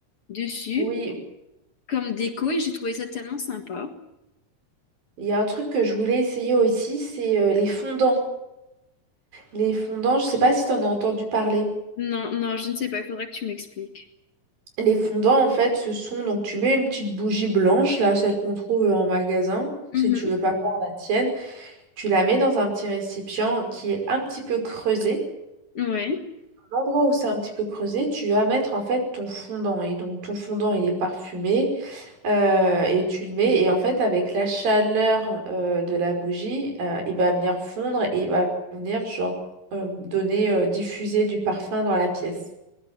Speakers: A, on the left (about 45°); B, on the right (about 85°).
A: dessus
B: Oui,
A: comme déco et j'ai trouvé ça tellement sympa.
B: il y a un truc que je voulais essayer aussi, c'est euh, les fondants. Les fondants, je sais pas si tu en as entendu parler.
A: Non, non, je ne sais pas, il faudra que tu m'expliques.
B: Les fondants, en fait, ce sont donc tu mets une petite bougie blanche, là, celle qu'on trouve en magasin,
A: Mhm.
B: si tu veux pas faire la tienne, tu la mets dans un petit récipient qui est un petit peu creusé.
A: Ouais.
B: À L'endroit où c'est un petit peu creusé, tu vas mettre en fait ton fondant. Et donc ton fondant, il est parfumé euh, et tu le mets. Et en fait, avec la chaleur euh, de la bougie, euh, il va venir fondre et il va venir genre euh, donner, euh, diffuser du parfum dans la pièce.